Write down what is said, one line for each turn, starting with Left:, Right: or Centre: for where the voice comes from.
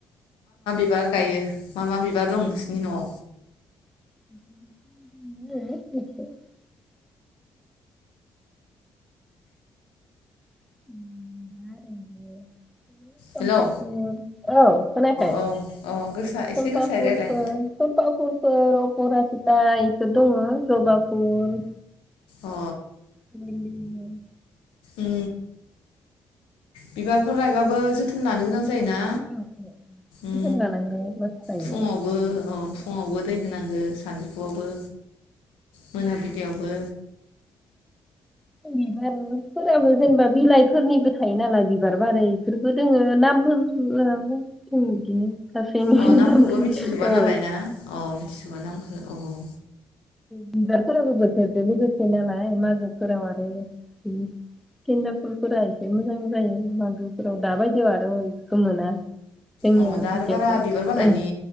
Left: बार गायो मा मा बिबार दं नोंसिनि न'आव
Centre: <unintelligible> <unintelligible> बिदिनो समपा
Left: हेलौ
Centre: फुल औ खोनायाखाय
Left: औ अ गोसा एसे
Centre: समपा
Left: गोसायै
Centre: फुलफोर
Left: रायलाय
Centre: समपा फुल <unintelligible> बेफोर दङ जबा फुल
Left: अ
Centre: <unintelligible>
Left: उ बिबारफोर गायबाबो जोथोन लानो गोनां जायो ना
Centre: औ जोथोन
Left: उ
Centre: लानांगौ मस्त जायो
Left: फुङावबो अ फुङावबो दै होनांगौ सानजौफुआवबो मोनाबिलियावबो
Centre: उ बिबारफोराबो जेनेबा बिलाइफोरनिबो थायो नालाय बिबार बारै फोरबो दोङो नामफोर <unintelligible> बिदिनो गासैनि
Left: अ नामखोबो
Centre: नामखौ
Left: मिथिजोबा
Centre: औ
Left: नालाय ना अ मिथिजोबा नामखौ औ
Centre: बिबारफोराबो बोथोरजों लोगोसे नालाय मागोफोराव आरो उ गेनदाफुलफोरा एसे मोजां जायो मागोफोराव दाबायदियाव आरो बेखौ मोना जोंनिया
Left: अ दा
Centre: लकेला
Left: आरो बारा बिबार बारनायनि
Centre: ओं